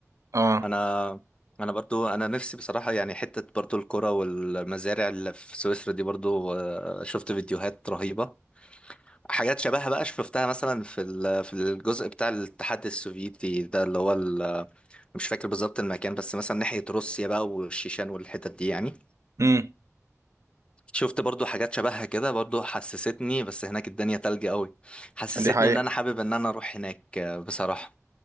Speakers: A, on the right; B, on the left.
A: اه
B: انا انا برضو انا نفسي بصراحه يعني حته برضو الكرة والمزارع اللي في سويسرا دي برضو آه، شفت فيديوهات رهيبه حاجات شبهها بقى شفتها مثلا في ال- في الجزء بتاع الاتحاد السوفيتي ده اللي هو ال- مش فاكر بالظبط المكان بس مثلا ناحيه روسيا بقى والشيشان والحتت دي يعني
A: امم
B: شفت برضو حاجات شبهها كده برضو حسستني بس هناك الدنيا تلج قوي حسستني
A: دي حقيقة
B: ان انا حابب ان انا اروح هناك آه، بصراحه